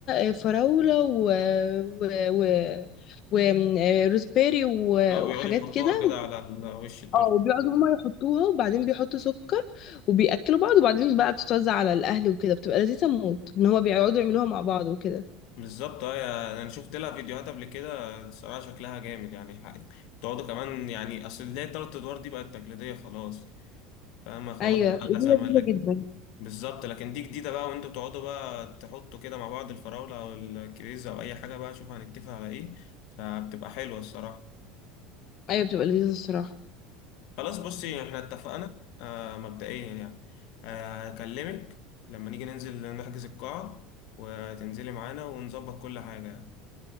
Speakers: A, on the left; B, on the left.
A: آه، فراوله و و و, و... آه، روزبيري و...
B: او بيقعدوا
A: وحاجات
B: يحطوها
A: كده
B: كده على ال- وش التورته
A: اه وبيقعدوا هما يحطوها وبعدين بيحطوا سكر وبيأكلوا بعض وبعدين بقى بتتوزع على الأهل وكده بتبقى لذيذة موت إن هما بيقعدوا يعملوها مع بعض وكده
B: بالظبط اه يا- انا شفت لها فيديوهات قبل كده الصراحه شكلها جامد يعني حق- تقعدوا كمان يعني اصل اللي هي التلات ادوار دي بقت تقليديه خلاص فاهمه خلاص
A: أيوة
B: بقى
A: دي
B: لها زمن
A: لذيذة
B: لك
A: جدا
B: بالظبط لكن دي جديده بقى وانتوا بتقعدوا بقى تحطوا كده مع بعض الفراوله او الكريزه او اي حاجه بقى شوف هنتفق على ايه فبتبقى حلوه الصراحه
A: أيوة بتبقى لذيذة الصراحة
B: خلاص بصي احنا اتفقنا آه مبدئيا يعني آه، هكلمك لما نيجي ننزل نحجز القاعه وتنزلي معانا ونظبط كل حاجه